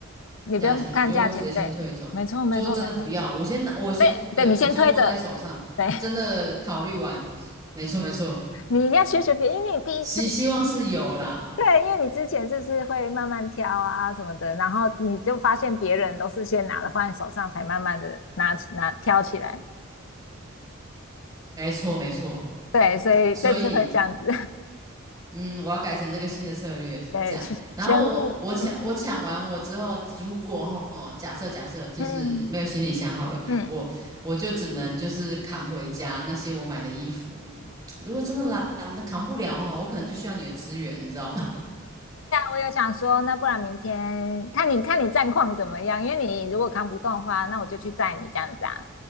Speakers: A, on the left; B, on the right.
A: 你不用看价钱。
B: 价钱，我就会直接先退走。
A: 对，没错，没错，
B: 如果真的不要，
A: 没错。
B: 我先拿，我先对我先握在手上，
A: 对，对，你先推着。对，
B: 真的考虑完，没错没错，
A: <laughs> 你一定要学学别人，因为你第一次，
B: 希希望是有啦，
A: 对，因为你之前就是会慢慢挑啊什么的，然后你就发现别人都是先拿了放在手上，才慢慢的拿起拿挑起来。
B: 没错没错。
A: 对，所以这次会这样子。
B: 所以嗯，我要改成这个新的策略，
A: <laughs> 对，
B: 这样。
A: 全全部，
B: 然后我我抢我抢完我之后，
A: 嗯
B: 如果哈假设假设就是没有行李箱好了，
A: 嗯。嗯
B: 我我就只能就是扛回家那些我买的衣服。如果真的懒，扛不了哦，我可能就需要你的资源，你知道吗？
A: 我有想说，那不然明天看你看你战况怎么样？因为你如果扛不动的话，那我就去载你这样子啊。